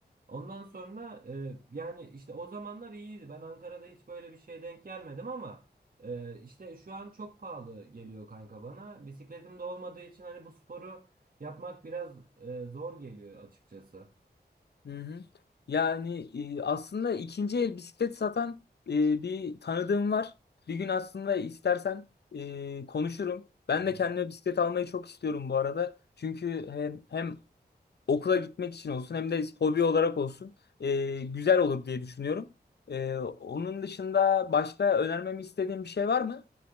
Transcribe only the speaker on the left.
Hı hı. Yani e, aslında ikinci el bisiklet satan e, bir tanıdığım var. Bir gün aslında istersen e, konuşurum. Ben
de kendime bisiklet almayı çok istiyorum bu arada. Çünkü hem, hem okula gitmek için olsun hem de hobi olarak olsun e, güzel olur diye düşünüyorum. E, onun dışında başka önermemi istediğin bir şey var mı?